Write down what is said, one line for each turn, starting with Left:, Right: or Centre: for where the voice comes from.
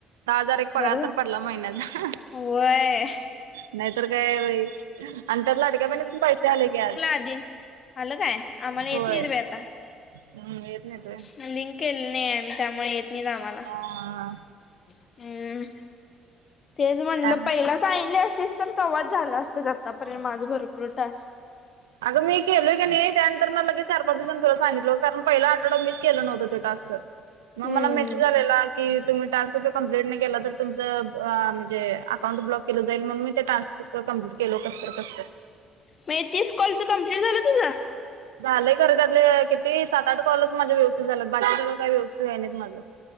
Right: दहा हजार एक पगार
Left: बर
Right: तर पडला महिन्याचा.
Left: होय.
Right: नाहीतर काय बई आणि त्यात लाडक्या बहिणीचे पण पैसे आले की आज.
Left: कधी. आलं काय आम्हाला येत
Right: होय
Left: नाहीत बई आता.
Right: हम्म येत नाहीेत होय.
Left: लिंक केले नाही आमी त्यामुळे येत नाही ना आम्हाला.
Right: हा
Left: हम्म तेच म्हणलं
Right: काय
Left: पहिलाच. सांगितल असतीस तर तवाच झालं असतं आतापर्यंत माझं भरपूर टास्क.
Right: अगं मी केलोय की नाही त्या तर म लगेच चार पाच दिवसात तुला सांगितलं कारण पहिला आठडाीच केला नव्हता तो टास्क. मग
Left: हम्म
Right: मला मेसेज आलेला कि तुम्ही टास्क तो कंप्लीट नाही केला तर तुमचं म्हणजे अकाउंट ब्लॉक केलं जाईल मग मी ते टास्क कमप्लीट केल कसत कस.
Left: म हे तीस कॉलचं कमप्लीट झालं तुझा?
Right: झालंय खरे त्यातले किती सात-आठ कॉलच माझे व्यवस्थित झालंत बाकीचे काही व्यवस्थित आहे नाहीत माझं.